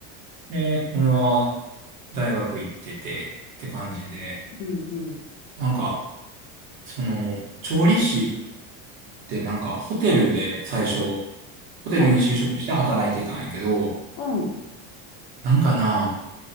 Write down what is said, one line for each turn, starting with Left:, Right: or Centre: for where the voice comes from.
Right: で、俺は大学行っててって感じで、
Left: うんうん。
Right: なんか、その、調理師ってなんかホテルで最初、ホテルに就職して働いてたんやけど、
Left: はあ。うん。
Right: なんかな、